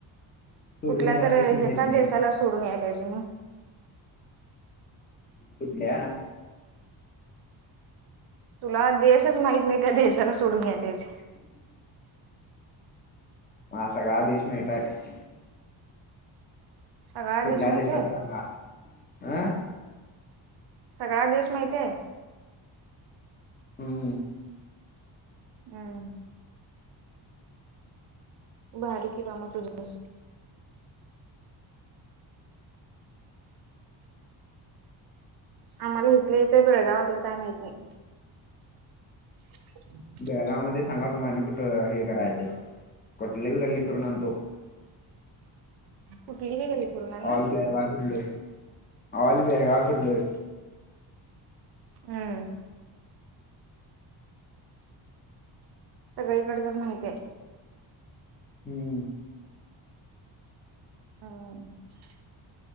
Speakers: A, on the left; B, on the right.
A: सोडून
B: कुठल्या
A: यायला
B: तर
A: प्रश्नच
B: ह्याच्या
A: येत नाही
B: देशाला सोडून याय पाहिजे मग.
A: कुठल्या.
B: तुला देशच माहित नाही. त्या देशाला सोडून यायला पाहिजे.
A: <unintelligible> मा सगळा देश माहित आहे.
B: सगळा
A: कुठल्या
B: देश माहित
A: देशला
B: आहे
A: सांगा. अं.
B: सगळा देश माहितेय.
A: हम्म
B: हम्म. भारी कि बा म तुझस. आम्हाला इथलं इथ. बेळगावातलं काय माहित नाही. ह <unintelligible>
A: बेळगावमध्ये सांगा तुम्हा कुठं हे करायचं. कुठली बी गल्ली फिरुन आणतो.
B: कुठली. बी गली फिरणार ना
A: ऑल बेळगाव फिरलोय. ऑल बळगाव फिरलोय.
B: हम्म. सगळीकडचच माहितेय.
A: हम्म.
B: ह.